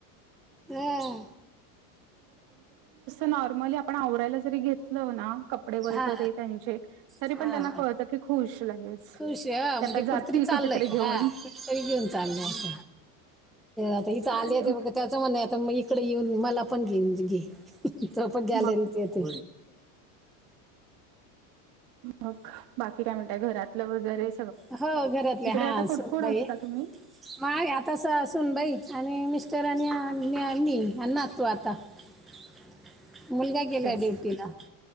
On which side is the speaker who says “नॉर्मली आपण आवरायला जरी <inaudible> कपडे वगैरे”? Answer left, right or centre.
Right